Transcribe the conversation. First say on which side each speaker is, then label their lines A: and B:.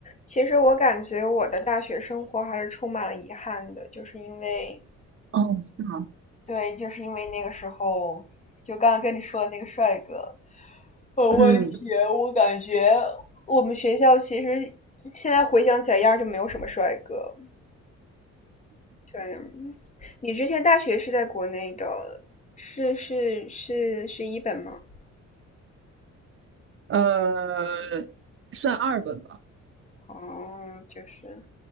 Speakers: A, on the left (about 25°); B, on the right (about 45°).
A: 其实我感觉我的大学生活还是充满了遗憾的，就是因为，
B: 哦，是吗？
A: 对，就是因为那个时候，就刚刚跟你说的那个帅哥有问题，
B: 嗯
A: 我感觉我们学校其实现在回想起来，压根就没有什么帅哥。对，你之前大学是在国内的，是是是是一本吗？
B: <laughs>，呃，算二本吧。
A: 哦，就是，